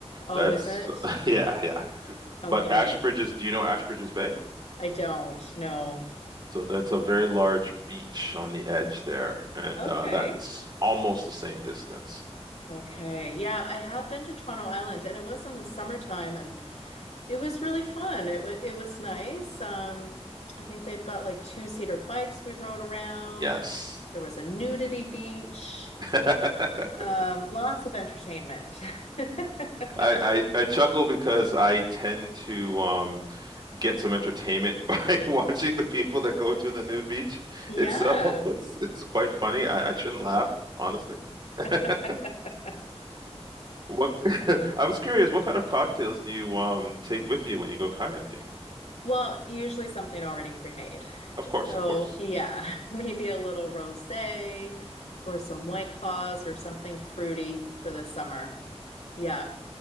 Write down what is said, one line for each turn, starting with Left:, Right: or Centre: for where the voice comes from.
Left: Oh,
Right: That's
Left: is it?
Right: <laughs> yeah, yeah.
Left: Okay.
Right: But Ashbridges, do you know Ashbridges Bay?
Left: I don't know.
Right: So that's a very large beach on the edge there, and
Left: Okay.
Right: uh, that's almost the same distance.
Left: Okay. Yeah, I have been to Toronto Island and it was in the summertime and it was really fun. It wa it was nice. Um, I think they've got like two-seater bikes we rode around.
Right: Yes.
Left: There was a nudity beach.
Right: <laughs>
Left: Um, lots of entertainment. <laughs>
Right: I, I I chuckle because I tend to um get some entertainment <laughs> by watching the people that go to the nude beach
Left: Yeah.
Right: itself. <laughs> It's it's quite funny. I, I shouldn't laugh, honestly. <laughs>
Left: <laughs>
Right: What <laughs> I was curious, what kind of cocktails do you um take with you when you go kayaking?
Left: Well, usually something already pre-made.
Right: Of course,
Left: So,
Right: of course.
Left: yeah, <laughs> maybe a little rosé or some White Claws or something fruity for the summer. Yeah.